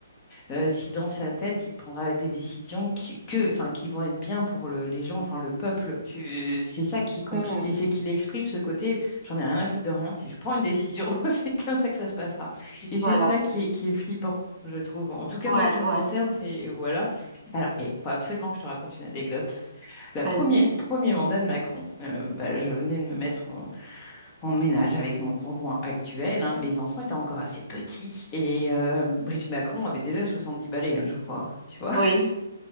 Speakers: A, on the left; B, on the right.
A: euh, si dans sa tête, il prendra des décisions qui, que, enfin, qui vont être bien pour le- les gens, enfin, le peuple. Tu- C'est ça qui est compliqué,
B: Hmm.
A: c'est qu'il exprime ce côté, j'en ai rien à foutre de rien. Si je prends une décision, <laughs> c'est comme ça que ça se passera. Et
B: Voilà.
A: c'est ça qui est, qui est flippant, je trouve. En tout cas,
B: Ouais,
A: moi, ce qui me
B: ouais,
A: concerne, c'est voilà. Alors, il faut absolument que je te raconte une anecdote. La premier,
B: vas-y.
A: premier mandat de Macron, euh, bah, je venais de me mettre en, en ménage avec mon conjoint actuel. hein. Les enfants étaient encore assez petits et euh, Brigitte Macron avait déjà 70 balais, hein, je crois, tu vois.
B: Oui,